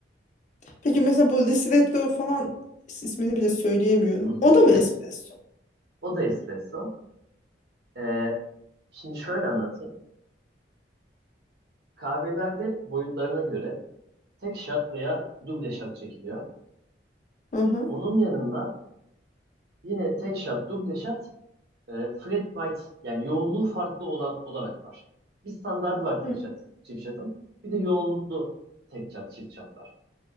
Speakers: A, on the left; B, on the right.
A: Peki mesela bu ristretto falan is- ismini bile söyleyemiyorum.
B: Hı hı.
A: O da mı espresso?
B: O da espresso. Ee, şimdi şöyle anlatayım. Kahvelerde boyutlarına göre tek shot veya duble shot çekiliyor.
A: Hı hı.
B: Onun yanında yine tek shot, duble shot, e, flat white yani yoğunluğu farklı olan olarak var. Bir standardı var tek
A: Hı
B: shot, çift shot'ın. Bir de yoğunluklu tek shot, çift shot var.